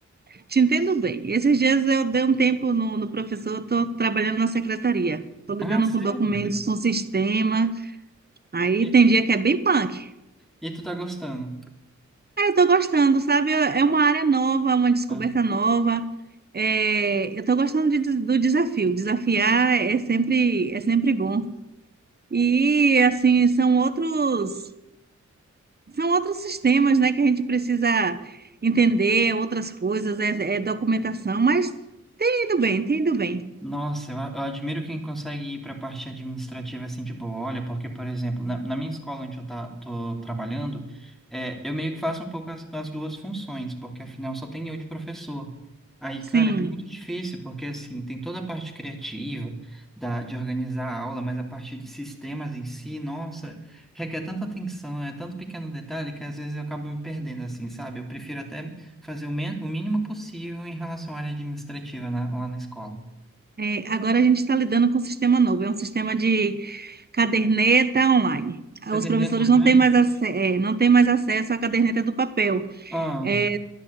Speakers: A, on the right (about 30°); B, in the centre.
A: te entendo bem. Esses dias eu dei um tempo no, no professor, estou trabalhando na secretaria, estou lidando
B: Ah, sério?
A: com documentos, com sistema. Aí
B: E,
A: tem dia que é bem punk.
B: e tu tá gostando?
A: É, eu tô gostando, sabe? É é uma área nova, uma descoberta
B: tá?
A: nova. É, eu tô gostando de- do desafio. Desafiar é sempre, é sempre bom. E, assim, são outros, são outros sistemas, né, que a gente precisa entender, outras coisas, é, é documentação, mas tem ido bem, tem ido bem.
B: Nossa, eu, a- eu admiro quem consegue ir para a parte administrativa assim de boa. Olha, porque, por exemplo, na, na minha escola onde eu tá, tô trabalhando, é, eu meio que faço um pouco as, as duas funções, porque afinal só tem eu de professor. Aí,
A: Sim.
B: cara, é muito difícil, porque assim, tem toda a parte criativa da, de organizar a aula, mas a parte de sistemas em si, nossa, requer tanta atenção, é tanto pequeno detalhe que às vezes eu acabo me perdendo, assim, sabe? Eu prefiro até fazer o, men- o mínimo possível em relação à área administrativa na- lá na escola.
A: É, agora a gente está lidando com um sistema novo, é um sistema de caderneta online.
B: Caderneta
A: Os professores
B: online?
A: não têm mais, ace- é, não têm mais acesso à caderneta do papel.
B: Ah,
A: É,